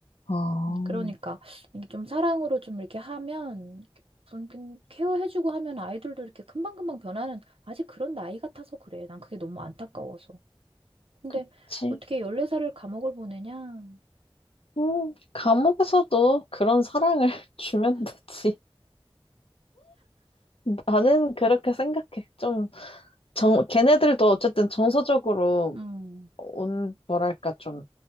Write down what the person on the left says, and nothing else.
아
그치?
음, 감옥에서도 그런 사랑을 <laughs> 주면 되지. 나는 그렇게 생각해. 좀, 정, 걔네들도 어쨌든 정서적으로
온, 뭐랄까, 좀,